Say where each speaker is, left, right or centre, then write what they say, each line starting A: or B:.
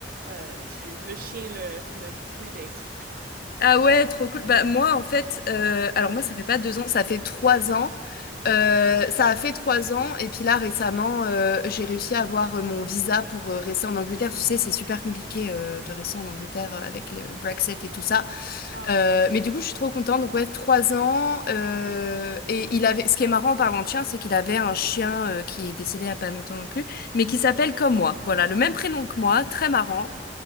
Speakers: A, on the right; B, on the left.
A: euh, j'ai le chien le, le predate.
B: Ah ouais, trop cool. Bah moi, en fait, euh, alors moi, ça fait pas deux ans, ça fait trois ans. Euh, ça a fait trois ans. Et puis là, récemment, euh, j'ai réussi à avoir euh, mon visa pour euh, rester en Angleterre. Tu sais, c'est super compliqué euh, de rester en Angleterre euh, avec le Brexit et tout ça.
A: Ah, rien.
B: Euh, mais du coup, je suis trop contente. Donc, ouais, trois ans. euh, et il avait, ce qui est marrant en parlant de chien, c'est qu'il avait un chien euh, qui est décédé il y a pas longtemps non plus, mais qui s'appelle comme moi. Voilà, le même prénom que moi. Très marrant.